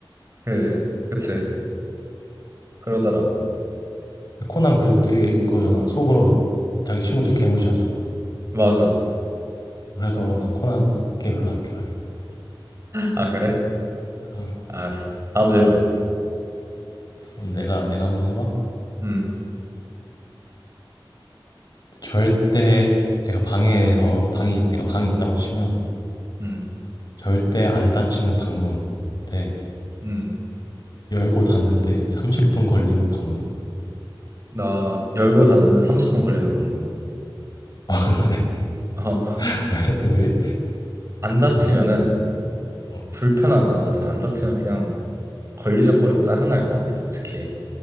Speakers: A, on the right; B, on the left.
A: 그, 그치. 그러더라고.
B: 코난 그리고 되게 그거잖아. 속으로 자기 친구들
A: 음,
B: 개무시하잖아.
A: 맞아.
B: 그래서 난 코난 게임 별로 안 좋아해.
A: 아, 그래?
B: 어,
A: 알았어. 다음 질문.
B: 그럼 내가 내가 한번 해봐.
A: 음,
B: 절대 내가 방에서 방이 내가 방이 있다고 치면
A: 음,
B: 절대 안 닫히는 방문 대
A: 음.
B: 열고 닫는데 30분 걸리는 방문.
A: 나 열고 닫는데 30분 걸리는 방문.
B: <laughs>
A: 어,
B: 그래 왜 왜?
A: 안 다치면은
B: 왜? 어.
A: 불편하잖아, 사실. 안 다치면 그냥 걸리적거리고 짜증날 것 같아, 솔직히.